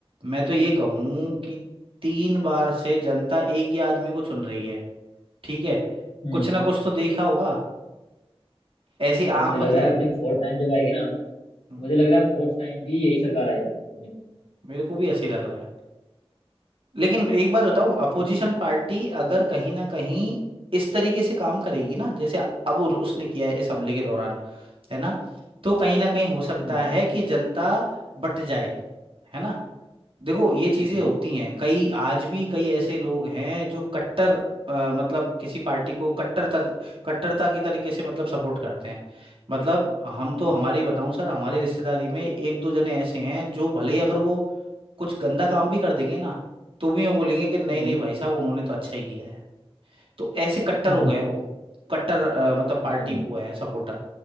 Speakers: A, on the right; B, on the left.
A: मैं तो ये कहूँ कि तीन बार से जनता एक ही आदमी को चुन रही है ठीक है
B: हम्म
A: कुछ हम्म, ना कुछ तो देखा होगा ऐसी
B: सर
A: आंख
B: मुझे लग
A: बंद
B: रहा
A: कर
B: है अब जो फोर्थ टाइम जब आएगी ना
A: हम्म,
B: मुझे लग रहा है फोर्थ टाइम भी यही सरकार आएगी अपनी
A: मेरे को भी ऐसे ही लग रहा है लेकिन एक बात बताऊं अपोजिशन
B: क्योंकि
A: पार्टी अगर
B: हम्म
A: कहीं ना कहीं इस तरीके से काम करेगी ना जैसे अब उर- उसने किया है इस हमले के दौरान है ना तो कहीं ना कहीं हो सकता
B: हम्म
A: है कि जनता बट जाए है ना देखो ये चीजें
B: हम्म
A: होती हैं कई आज भी कई ऐसे लोग हैं जो कट्टर अ, मतलब किसी पार्टी को कट्टर तर, कट्टरता की तरीके से मतलब सपोर्ट करते हैं मतलब हम
B: हम्म
A: तो हमारी बताऊं सर हमारी रिश्तेदारी में एक दो जने ऐसे हैं जो भले ही अगर वो कुछ गंदा काम भी कर देंगे ना तो भी वो बोलेंगे कि नहीं
B: हम्म,
A: नहीं भाई साहब उन्होंने तो अच्छा ही किया है तो ऐसे कट्टर
B: हम्म।
A: हो गए हैं वो कट्टर अ, मतलब पार्टी
B: हम्म
A: वो है सपोर्टर